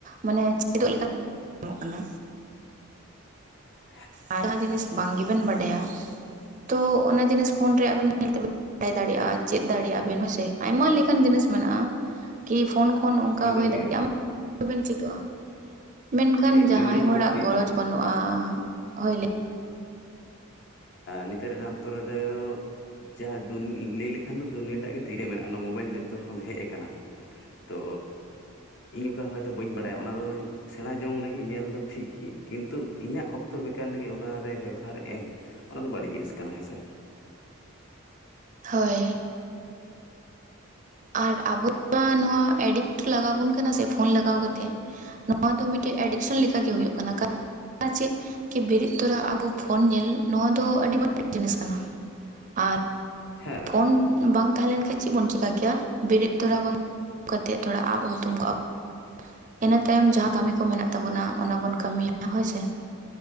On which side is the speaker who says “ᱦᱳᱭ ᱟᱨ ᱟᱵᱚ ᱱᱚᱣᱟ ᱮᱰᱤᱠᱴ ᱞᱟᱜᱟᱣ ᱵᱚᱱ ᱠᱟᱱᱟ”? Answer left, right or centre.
Right